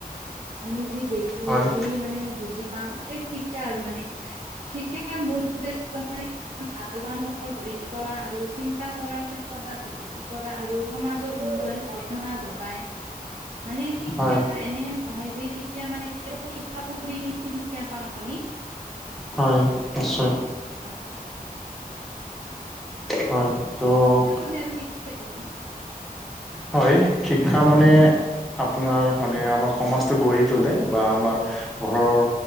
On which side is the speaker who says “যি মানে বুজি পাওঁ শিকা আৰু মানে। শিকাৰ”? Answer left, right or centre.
Right